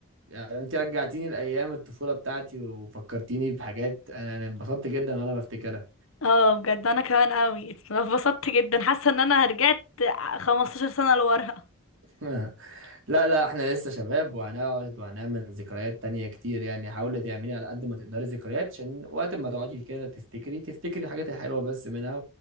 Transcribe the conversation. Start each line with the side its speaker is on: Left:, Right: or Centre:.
Right: يعني انت رجعتيني لأيام الطفولة بتاعتي وفكرتيني بحاجات انا أنا انبسطت جدا وانا بفتكرها
Left: اه بجد انا كمان قوي اتبسطت جدا حاسة ان انا رجعت 15 سنة لورا
Right: <laughs> لا لا احنا لسه شباب وهنقعد وهنعمل ذكريات تانية كتير يعني حاولي تعملي على قد ما تقدري ذكريات عشان وقت ما تقعدي كده تفتكري تفتكري الحاجات الحلوة بس منها